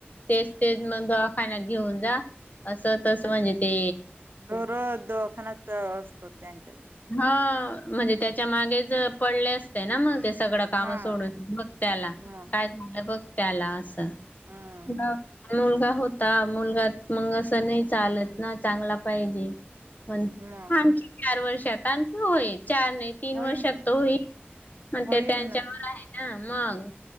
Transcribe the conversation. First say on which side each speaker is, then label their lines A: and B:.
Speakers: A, on the left; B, on the right.
A: तेच तेच मग दवाखान्यात घेऊन जा असं तस म्हणजे ते
B: दर दवाखान्यात असतो त्यांच्या
A: ह म्हणजे त्याच्या मागेच पडले असते ना मग सगळं काम
B: हा
A: सोडून बघ त्या्याला
B: मग
A: काय झालं बघ त्या्याला असं
B: हम्म
A: ना मुलगा होता मुलगा मग असं नाही चालत ना चांगला पाहिजे मण
B: मग
A: आणखी चार वर्षात आणखी होयच चार नाही तीन
B: होय
A: वर्षात त होई मण
B: होईल
A: ते त्यांच्यावर
B: ना
A: आहे ना मग